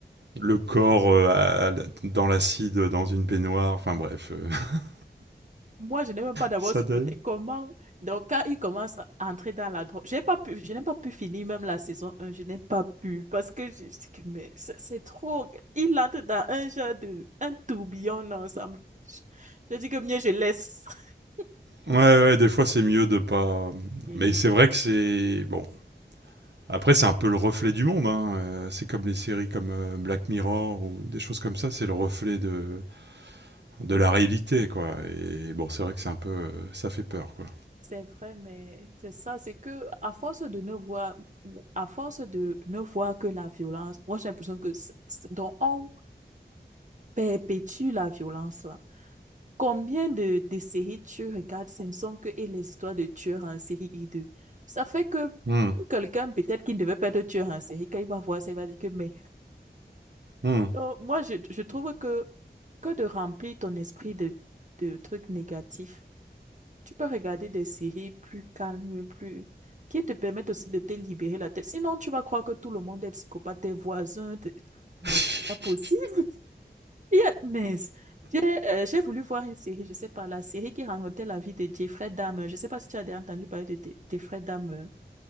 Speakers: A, on the right (about 75°); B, on the right (about 45°).
A: Le corps euh, à- à- dans l'acide, dans une baignoire, enfin bref. euh, <laughs>
B: moi, je n'ai même pas d'abord
A: Ça
B: supporté
A: d'ailleurs.
B: comment. Donc, quand il commence à entrer dans la drogue, j'ai pas pu, je n'ai pas pu finir même la saison un Je n'ai pas pu parce que je, je dis que, mais c'est c'est trop. Il entre dans un genre de, un tourbillon ensemble. Je, je dis que mieux je laisse. <laughs>
A: Ouais, ouais, des fois c'est mieux de pas. euh,
B: Et
A: Mais
B: oui.
A: c'est vrai que c'est. Bon. Après, c'est un peu le reflet du monde. hein. Euh, C'est comme les séries comme euh, Black Mirror ou des choses comme ça. C'est le reflet de, de la réalité, quoi. Et bon, c'est vrai que c'est un peu, euh, ça fait peur, quoi.
B: C'est vrai, mais c'est ça, c'est que à force de ne voir, à force de ne voir que la violence, moi j'ai l'impression que c'est- c'est- donc on perpétue la violence là. Combien de, de séries tu regardes, ce ne sont que et les histoires de tueurs en série hideux. Ça fait que
A: Hmm,
B: même quelqu'un peut-être qui ne devait pas être tueur en série, quand il va voir ça, il va dire que mais.
A: hmm.
B: Donc, moi je, je trouve que que de remplir ton esprit de, de trucs négatifs Tu peux regarder des séries plus calmes, plus... qui te permettent aussi de te libérer la tête. Sinon, tu vas croire que tout le monde est psychopathe, tes voisins. tes- Non,
A: <laughs>
B: pas possible. <laughs> Il y a... Mais j'ai euh, j'ai voulu voir une série, je sais pas, la série qui racontait la vie de Jeffrey Dahmer. Je sais pas si tu as déjà entendu parler de de- Jeffrey Dahmer.